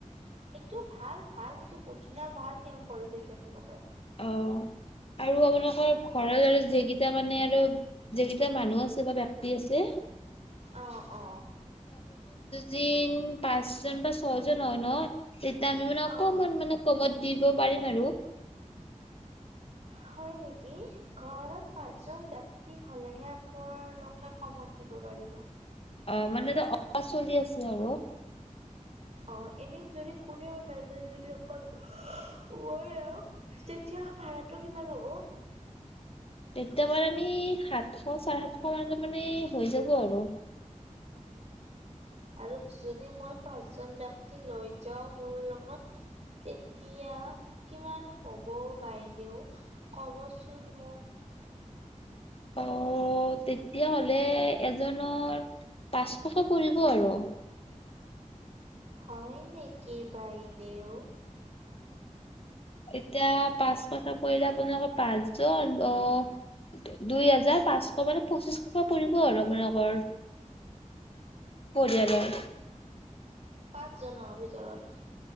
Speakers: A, on the right; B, on the left.
A: সেইটো ভাল ভাল কিছু পঢছ সনে ভাল নিয়ম কৰিছে এতি তেওঁয়া তেওঁলোকে
B: অ আৰু আপোনালোকৰ ঘৰৰে যেগেইটা মানে আৰু যেগেইটা মানুহ আছে বা ব্যক্তি আছে
A: অ অ
B: দিন পাঁচজন বা ছয়জন হয় ন সেইতিয়া আমি মানে অকমান
A: অ',
B: মানে কমত দিব পাৰিম আৰু
A: হয় নেকি ঘৰত পাঁচজন ব্যক্তি হ'লেহে আপোনালোকে কমত দিব পাৰিব
B: অ মানে এ অহ চলি আছে আৰু
A: অ এনে যদি কোনে ক নাই যোয় যদি অকল মই আৰু তেতিয়া ভাটো কিমান হব
B: এতিমাৰ <unintelligible> আমি সাতশ চাৰে সাতশ মান <unintelligible> মানে হৈ যাব আৰু
A: আৰু যদি মই পাঁচজন ব <unintelligible> লৈ যাও মোৰ লগত তেতিয়া কিমান ক'ব বাইদেউ কবচোন মোক
B: অ তেতিয়াাহ'লে এজনৰ পাঁচশক পৰিব আৰু
A: হয় নেকি বাইদেউ
B: এতিয়া পাঁচশক পৰিলে আপোনালোকৰ পাঁচজন আহ দুই হাজাৰ পাঁচশ মানে পঁচিশ টকা পৰিব আৰু আপোনালোকৰ পৰিয়ালৰ
A: পাঁচজনৰ ভিতৰত।